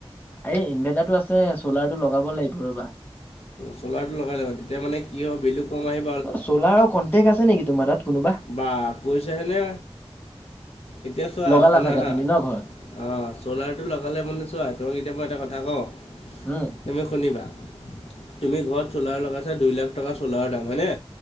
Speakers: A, on the left; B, on the left.
A: আৰে ইনভাৰ্টাৰটো আছে চ'লাৰটো লগাব লাগিব ৰ'বা।
B: চ'লাৰটো লগাই ল'বা তেতিয়া মানে কি হয়, বিলটো কম আহি
A: অ', চ'লাৰৰ কণ্টেক্ট আছে নেকি তোমাৰ তাত কোনোবা?
B: বা কৈছেহেনে, এতিয়া চোৱা
A: লগালা
B: শুনা
A: চাগে
B: হা
A: তুমি ন ঘৰত
B: অ', চ'লাৰটো লগালে মানে চোৱা তোমাক এতিয়া মই এটা কথা কওঁ।
A: উম
B: তুমি শুনিবা, তুমি ঘৰত চ'লাৰ লগাইছা দুই লাখ টকা চ'লাৰৰ দাম হয়নে?